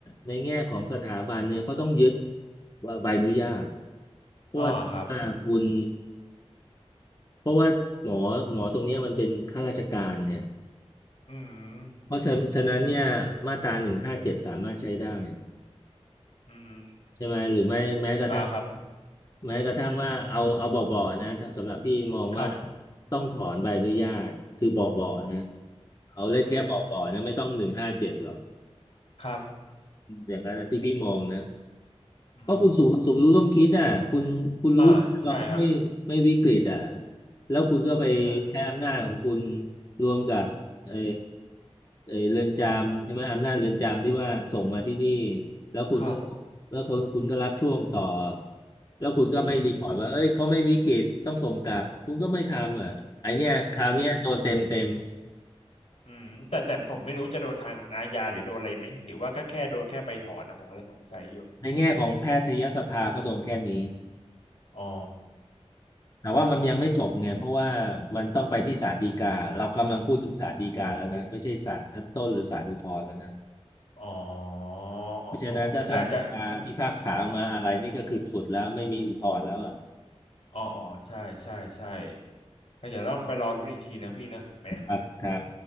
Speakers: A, on the left; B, on the left.
A: ในแง่ของสถาบันเนี่ยเขาต้องยึดว่าใบอนุญาตเพราะว่าอ่าคุณ
B: อ๋อครับ
A: เพราะว่าหมอหมอตรงเนี้ยมันเป็นข้าราชการเนี่ย
B: อืม
A: เพราะฉะนั้นฉะนั้นเนี่ยมาตราหนึ่งห้าเจ็ดสามารถใช้ได้
B: อืม
A: ใช่ไหมหรือไม่แม้กระทั่ง
B: อ่าครับ
A: แม้กระทั่งว่าเอาเอาเบาๆนะถ้าสำหรับพี่มองว่า
B: ครับ
A: ต้องถอนใบอนุญาตคือเบาๆนะเอาเล่นแค่เบาๆนะไม่ต้องหนึ่งห้าเจ็ดหรอก
B: อืมครับ
A: อย่างนั้นนะที่พี่มองนะ
B: อืม
A: เพราะคุณสูงสมรู้ร่วมคิดอ่ะคุณคุณรู้ว่าเขาไม่ไม่วิกฤตอ่ะ
B: อ่าใช่ครับ
A: แล้วคุณก็ไปใช้อำนาจของคุณ
B: เออ
A: รวมกับเออเออเรือนจำใช่ไหมอำนาจเรือนจำที่ว่าส่งมาที่นี่แล้วคุณก็
B: ครับ
A: แล้วคุณคุณก็รับช่วงต่อแล้วคุณก็ไม่รีพอร์ตว่าเอ้ยเขาไม่วิกฤตต้องส่งกลับคุณก็ไม่ทำอ่ะไอเนี้ยคราวเนี้ยโดนเต็มเต็ม
B: อืมอืมอืมแต่แต่ผมไม่รู้จะโดนทางอาญาหรือโดนอะไรไหมหรือว่าก็แค่โดนแค่ใบถอนนะผมก็เลยสงสัยอยู่
A: ในแง่ของแพทยสภาเขาโดนแค่นี้
B: อ๋อ
A: แต่ว่ามันยังไม่จบเนี่ยเพราะว่ามันต้องไปที่ศาลฎีกาเรากำลังพูดถึงศาลฎีกาแล้วนะไม่ใช่ศาลชั้นต้นหรือศาลอุทธรณ์แล้วนะ
B: อ๋ออ๋อ
A: เพราะฉะนั้นถ้าศาลฎีกาพิพากษาออกมาอะไรนี่ก็คือสุดแล้วไม่มีอุทธรณ์แล้วอ่ะ
B: อ๋อก็คืออาจจะก็อ๋ออ๋อใช่ใช่ใช่ก็เดี๋ยวต้องไปรอรู้นอีกทีนะพี่นะถูกไหม
A: ครับครับ